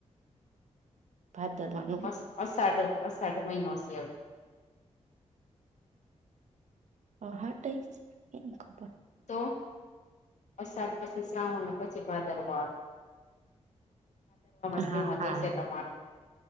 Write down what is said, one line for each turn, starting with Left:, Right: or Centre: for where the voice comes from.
Right: ભારત દરમન
Left: અ અ સાઢ અસાઢ મહિનો છે એ
Right: હ હા ટ છે એમ ખબર
Left: તો પસાદ પછી શ્રાવણને પછી ભાદર વાળ શ્રીમત
Right: હા હા
Left: હશે
Right: હા
Left: તમારે